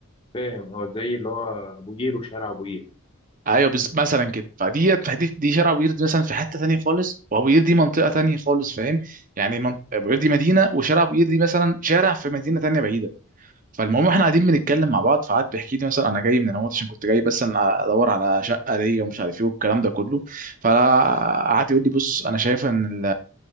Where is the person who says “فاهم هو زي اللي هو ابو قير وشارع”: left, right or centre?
Left